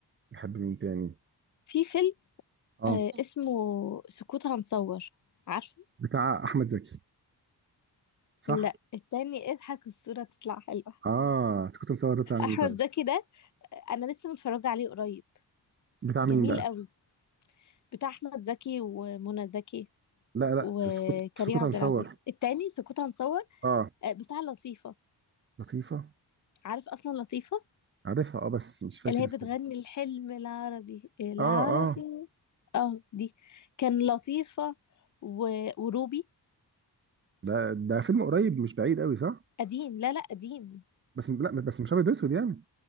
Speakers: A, on the right (about 30°); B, on the left (about 45°).
A: بحب مين تاني
B: في فيلم
A: اه
B: آه اسمه سكوت هنصور عارفه
A: بتاع أحمد زكي صح؟
B: لا التاني اضحك الصورة تطلع حلوة
A: اه سكوت مصور ده بتاع مين
B: احمد
A: طيب؟
B: زكي ده آه، انا لسه متفرجة عليه قريب
A: بتاع
B: جميل
A: مين بقى؟
B: قوي بتاع احمد زكي ومنى زكي
A: لا
B: وكريم
A: لا سكوت سكوت
B: عبد
A: مصور
B: العزيز التاني سكوت هنصور
A: اه
B: آه، بتاع لطيفة
A: لطيفة
B: عارف اصلا لطيفة
A: عارفها اه بس مش فاكر
B: اللي
A: الفيلم
B: هي بتغني الحلم العربي العربي
A: اه اه
B: اه دي كان لطيفة و... وروبي
A: ده ده فيلم قريب مش بعيد قوي صح؟
B: قديم لا لا قديم
A: بس لا بس مش ابيض واسود يعني